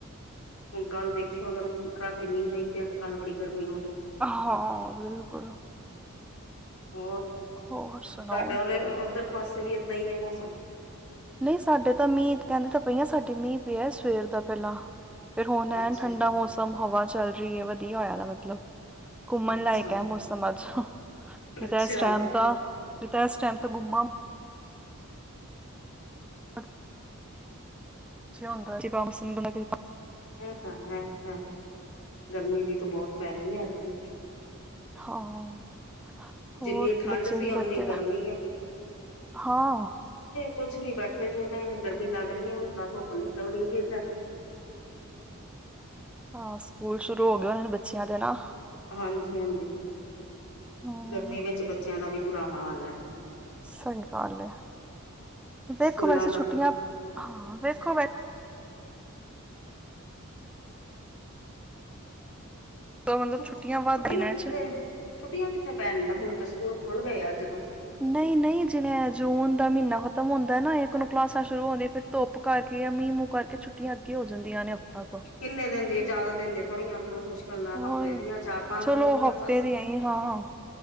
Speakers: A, on the left; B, in the centre.
A: ਹੁਣ ਕੱਲ ਦੇਖਿਉ, ਅਗਰ ਰਾਤੀ ਮੀਂਹ ਨਈ ਪਿਆ, ਤੇ ਕੱਲ੍ਹ ਬੜੀ ਗਰਮੀ ਹੋਣੀ।
B: ਹਾਂ, ਬਿਲਕੁਲ।
A: ਹੋਰ,
B: ਹੋਰ ਸੁਣਾਓ
A: ਤੁਹਾਡੇ ਵੱਲ ਔਧਰ ਪਾਸੇ ਵੀ ਏਦਾਂ ਈ ਏ ਮੌਸਮ?
B: ਨਈ, ਸਾਡੇ ਤਾਂ ਮੀਂਹ, ਕੈਂਦੀ ਤਾਂ ਪਈਆਂ। ਸਾਡੇ ਮੀਂਹ ਪਿਆ ਸਵੇਰ ਦਾ ਪਹਿਲਾ। ਫੇਰ ਹੁਣ ਐਨ
A: ਅੱਛਾ
B: ਠੰਡਾ ਮੌਸਮ, ਹਵਾ ਚੱਲ ਰਹੀ ਏ। ਵਧੀਆ ਹੋਇਆ, ਦਾ ਮਤਲਬ। ਘੁੰਮਣ
A: ਅੱਛਾ
B: ਲਾਇਕ ਏ ਮੌਸਮ ਅੱਜ। ਨੀ
A: ਅੱਛਾ
B: ਤੇ, ਏਸ ਟਾਈਮ ਤਾਂ ਨੀ ਤੇ, ਏਸ ਟਾਈਮ ਤਾਂ ਘੁੰਮ <inaudible> <unintelligible>
A: ਏ ਤਾਂ ਹੈ, ਸ਼ਾਇਦ ਗਰਮੀ ਵੀ ਤਾਂ ਬਹੁਤ ਪੈ ਰਹੀ ਹੈ ਐਤਕੀ।
B: ਹਾਂ, ਹੋਰ
A: ਜਿੰਨੀ ਠੰਡ
B: ਬੱਚੇ
A: ਸੀ
B: ਕੀ
A: ਓਨੀ
B: ਕਰਦੇ
A: ਗਰਮੀ
B: ਆ
A: ਐ।
B: ਹਾਂ
A: ਕੁਛ ਨੀ ਬੈਠੇ ਦੇ ਨੇ, ਗਰਮੀ ਲੱਗ ਰਹੀ ਐ ਹੁਣ ਤਾਂ ਧੁੱਪ ਨਿਕਲ ਗਈ ਦੀ ਇੱਧਰ।
B: ਹਾਂ, ਸਕੂਲ ਸ਼ੁਰੂ ਹੋ ਗਏ ਹੋਣੇ ਬੱਚਿਆਂ ਦੇ ਨਾ?
A: ਹਾਂਜੀ ਹਾਂਜੀ,
B: ਹਮ
A: ਗਰਮੀ ਵਿੱਚ ਬੱਚਿਆਂ ਦਾ ਵੀ ਬੁਰਾ ਹਾਲ ਐ।
B: ਸਈ ਗੱਲ ਐ, ਵੇਖੋ
A: ਸਕੂਲਾਂ
B: ਵੈਸੇ
A: ਦਾ
B: ਛੁੱਟੀਆਂ। ਹਾਂ ਵੇਖੋ। ਮਤਲਬ
A: ਛੁੱਟੀਆਂ
B: ਵੱਧ ਦਿਨਾਂ
A: ਕਿੱਥੇ?
B: ਚ
A: ਛੁੱਟੀਆਂ ਕਿੱਥੇ ਪੈਣੀਆਂ? ਹੁਣ ਤੇ ਸਕੂਲ ਖੁੱਲ ਗਏ ਆ, ਅੱਜ ਤੋਂ।
B: ਨਈ ਨਈ, ਜਿਵੇਂ ਇਹ ਜੂਨ ਦਾ ਮਹੀਨਾ ਖ਼ਤਮ ਹੁੰਦਾ ਨਾ, ਇਕ ਨੂੰ ਕਲਾਸਾਂ ਸ਼ੁਰੂ ਹੁੰਦੀਆਂ ਫਿਰ। ਧੁਪ ਕਰਕੇ ਜਾਂ ਮੀਹ ਮੂਹ ਕਰਕੇ, ਛੁੱਟੀਆਂ ਅੱਗੇ ਹੋ ਜਾਂਦੀਆਂ ਨੇ ਹਫ਼ਤਾ। ਕੁ
A: ਕਿੰਨੇ ਦਿਨ ਦੀ ਏ? ਜਾਦਾ ਦਿਨ ਦੀਆਂ ਥੋੜੀਆਂ ਮੁਸ਼ਕ ਚੱਲਨਾ,
B: ਹੋ
A: ਹਫ਼ਤੇ ਦੀਆਂ ਚਾਰ-ਪੰਜ
B: ਚਲੋ
A: ਦਿਨ ਦੀਆਂ
B: ਹਫ਼ਤੇ
A: ਬਸ
B: ਦੀ ਆਈ ਹਾਂ